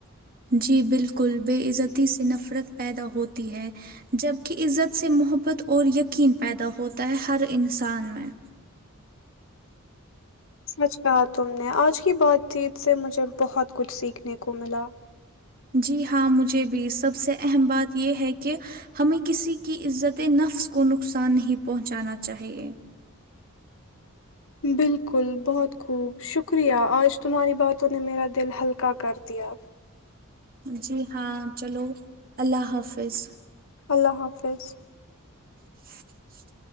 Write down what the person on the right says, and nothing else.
جی بالکل بےعزتی سے نفرت پیدا ہوتی ہے جبکہ عزت سے محبت اور یقین پیدا ہوتا ہے ہر انسان میں
جی ہاں مجھے بھی سب سے اہم بات یہ ہے کہ ہمیں کسی کی عزت نفس کو نقصان نہیں پہنچانا چاہیے
جی ہاں چلو اللہ حافظ
<inaudible>